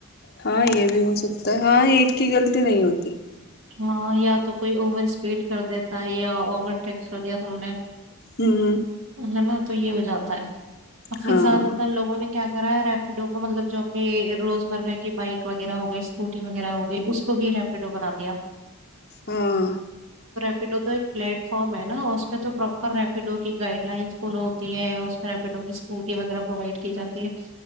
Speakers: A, on the left (about 45°); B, on the right (about 60°).
A: ہاں یہ بھی ہو سکتا ہے ہاں ایک کی غلطی نہیں ہوتی
B: ہاں یا تو کوئی اوور اسپیڈ کر دیتا ہے یا اوور ٹیک کر دیا تم نے
A: ہوں
B: ہے نا تو یہ ہو جاتا ہے افی
A: ہاں
B: زیادہ تر لوگوں نے کیا وغیرہ ریپیڈو کو مطلب جو اپنی روزمرہ کی بائک وغیرہ ہو گئی اسکوٹی وغیرہ ہو گئی اس کو بھی ریپیڈو بنا دیا
A: ہاں
B: ریپڈو تو ایک پلیٹ فارم ہے نا اس میں تو پراپر ریپیڈو کی گائڈ لائنس فالو ہوتی ہے اس میں ریپیڈو کی اسکوٹی وغیرہ پروائڈ کی جاتی ہے